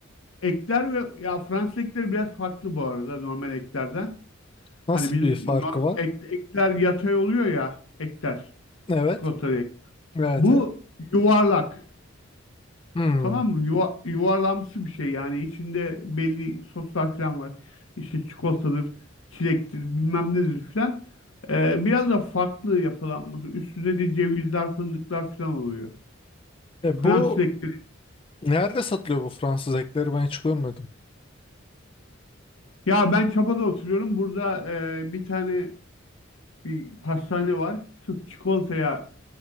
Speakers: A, on the left; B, on the left.
A: ekler ve ya Fransız ekleri biraz farklı bu arada normal eklerden.
B: Nasıl
A: Hani bizim
B: bir farkı
A: no-
B: var?
A: ek- ekler yatay oluyor ya ekler
B: Evet.
A: çikolatalı ek.
B: Evet.
A: Bu
B: evet.
A: yuvarlak.
B: Hmm.
A: Tamam mı? Yuva, yuvarlamsı bir şey yani içinde belli soslar falan var. İşte çikolatadır, çilektir, bilmem nedir falan. Ee, biraz da farklı yapılanması. Üstünde de cevizler, fındıklar falan oluyor.
B: E,
A: Fransız
B: bu
A: ekleri.
B: nerede satılıyor bu Fransız ekleri ben hiç görmedim.
A: Ya ben Çapa'da oturuyorum. Burada e, bir tane bir pastane var. Sırf çikolataya